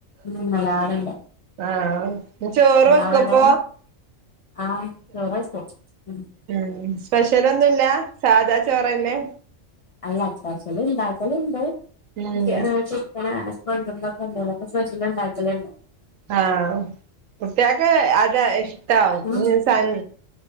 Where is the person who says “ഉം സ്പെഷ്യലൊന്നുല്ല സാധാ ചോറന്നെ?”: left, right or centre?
Right